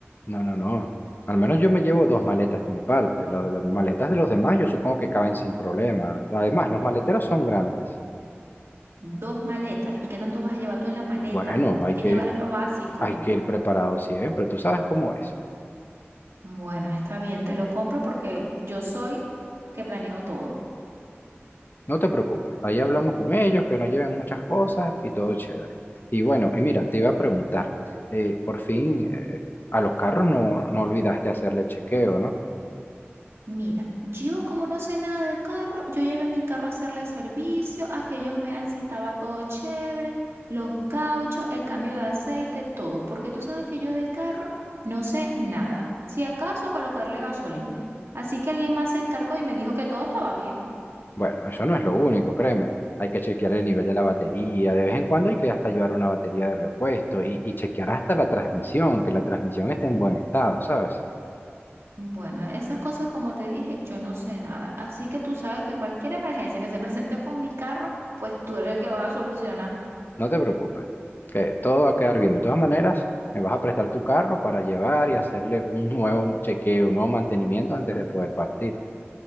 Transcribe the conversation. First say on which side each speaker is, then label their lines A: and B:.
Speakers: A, on the left; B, on the right.
A: No, no, no. Al menos yo me llevo dos maletas de mi parte. Las, las maletas de los demás yo supongo que caben sin problema. Además, los maleteros son grandes.
B: Dos maletas. ¿Y qué tanto vas a llevar tú en la maleta?
A: Bueno, hay
B: Hay que
A: que,
B: llevar es lo básico.
A: hay que ir preparado siempre. Tú sabes cómo es.
B: Bueno, está bien, te lo compro porque yo soy que planeo todo.
A: No te preocupes, ahí hablamos con ellos, que no lleven muchas cosas y todo chévere. Y bueno, y mira, te iba a preguntar, eh, por fin eh, a los carros no, no olvidaste hacerle el chequeo, ¿no?
B: Mira, yo como no sé nada de carro, yo llevé mi carro a hacerle servicio, a que ellos vean si estaba todo chévere, los cauchos, el cambio de aceite, todo, porque tú sabes que yo de carro no sé nada, si acaso colocarle gasolina. Así que alguien más se encargó y me dijo que todo estaba bien.
A: Bueno, eso no es lo único, créeme. Hay que chequear el nivel de la batería, de vez en cuando hay que hasta llevar una batería de repuesto y, y chequear hasta la transmisión, que la transmisión esté en buen estado, ¿sabes?
B: Bueno, esas cosas como te dije, yo no sé nada, así que tú sabes que cualquier emergencia que se <laughs> presente con mi carro, pues tú eres el que vas a solucionar.
A: No te preocupes, que todo va a quedar bien. De todas maneras, me vas a prestar tu carro para llevar y hacerle un nuevo chequeo, un nuevo mantenimiento antes de poder partir.